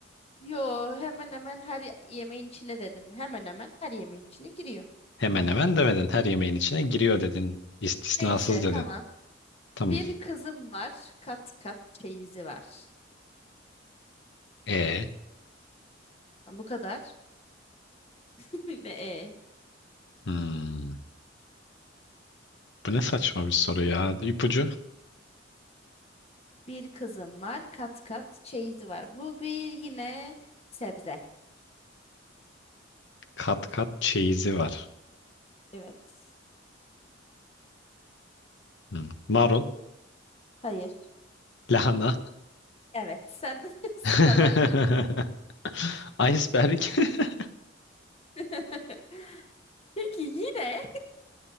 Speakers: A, on the left (about 35°); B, on the left (about 65°).
A: Yo hemen hemen her yemeğin içine dedim. Hemen hemen her yemeğin içine giriyor.
B: Hemen hemen demedin. Her yemeğin içine giriyor dedin. İstisnasız
A: Neyse
B: dedin.
A: tamam.
B: Tamam.
A: Bir kızım var. Kat kat çeyizi var.
B: E,
A: Bu kadar. <laughs> Ne? e?
B: hmm. Bu ne saçma bir soru ya. İpucu
A: Bir kızım var. Kat kat çeyizi var. Bu bir yine sebze.
B: kat kat çeyizi var.
A: Evet.
B: Hmm. Marul,
A: Hayır.
B: lahana,
A: Evet sen <laughs> sıradan.
B: <laughs> iceberg. <laughs>
A: <laughs> Peki yine